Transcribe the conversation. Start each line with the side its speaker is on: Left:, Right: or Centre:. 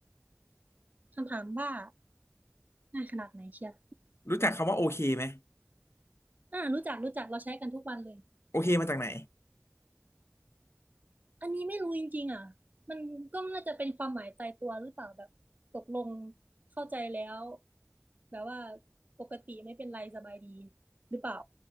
Right: คำถามว่าง่ายขนาดไหนเชียว
Left: รู้จักคำว่าโอเคไหม
Right: อ่ารู้จักรู้จักเราใช้กันทุกวันเลย
Left: โอเคมาจากไหน
Right: อันนี้ไม่รู้จริงๆอ่ะมันก็น่าจะเป็นความหมายตายตัวหรือเปล่าแบบตกลงเข้าใจแล้วแบบว่าปกติไม่เป็นไรสบายดีหรือเปล่า